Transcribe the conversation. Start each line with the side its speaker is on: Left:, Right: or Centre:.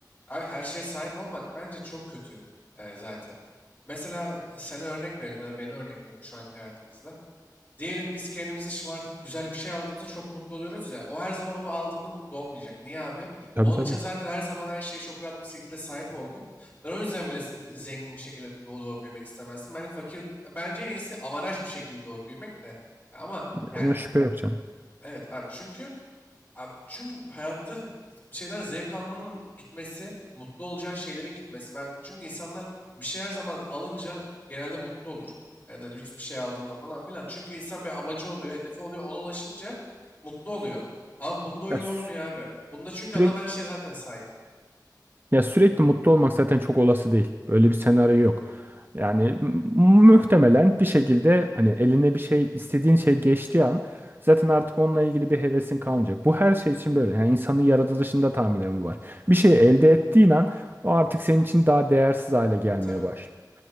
Left: Abi her şeye sahip olmak bence çok kötü e, zaten. Mesela sana örnek verelim ya da beni örnek verelim şu anki hayatımızda. Diyelim biz kendimizi şımartıp güzel bir şey aldığımızda çok mutlu oluyoruz ya. O her zaman onu aldığında mutlu olmayacak. Niye abi?
Right: Tabii
Left: Onun
Right: tabii.
Left: için zaten her zaman her şeye çok rahat bir şekilde sahip oldu. Ben o yüzden bile z- zengin bir şekilde doğup büyümek istemezdim. Ben fakir, bence en iyisi avaraj bir şekilde doğup büyümek de. Ya Ama yani
Right: Ona şüphe yok canım.
Left: Evet abi çünkü abi çünkü hayatta bir şeyden zevk almanın gitmesi, mutlu olacağın şeylerin gitmesi. Ben çünkü insanlar bir şey her zaman alınca genelde mutlu olur. Ya da lüks bir şey aldığında falan filan. Çünkü insan bir amacı oluyor, hedefi oluyor. Ona ulaşınca mutlu oluyor. Ama bunda öyle
Right: Ya, sü-
Left: olmuyor abi. Bunda çünkü
Right: sürekli
Left: adam her şeye zaten sahip.
Right: Ya sürekli mutlu olmak zaten çok olası değil. Böyle bir senaryo yok. Yani m- muhtemelen bir şekilde hani eline bir şey istediğin şey geçtiği an zaten artık onunla ilgili bir hevesin kalmayacak. Bu her şey için böyle. Yani insanın yaratılışında tahminen bu var. Bir şey elde ettiğin an o artık senin için daha değersiz hale gelmeye
Left: Tabii tabii.
Right: başlıyor.